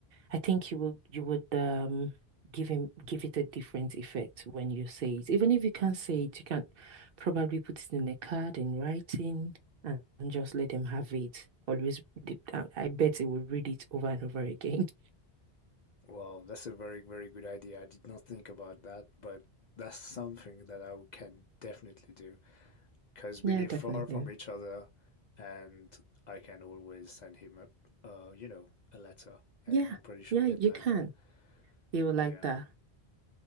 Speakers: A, on the right; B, on the left.
A: I think you will you would um give him give it a different effect when you say it. Even if you can't say it, you can probably put it in a card in writing and, and just let them have it. Always, read it. I, I bet they will read it over and over again. <laughs>
B: Well, that's a very, very good idea. I did not think about that, but that's something that I can definitely do because we
A: Yeah,
B: live
A: definitely.
B: far from each other and I can always send him a, uh, you know, a letter and
A: Yeah,
B: I'm pretty sure
A: yeah,
B: he'd
A: you
B: like
A: can.
B: that.
A: They will like
B: Yeah.
A: that.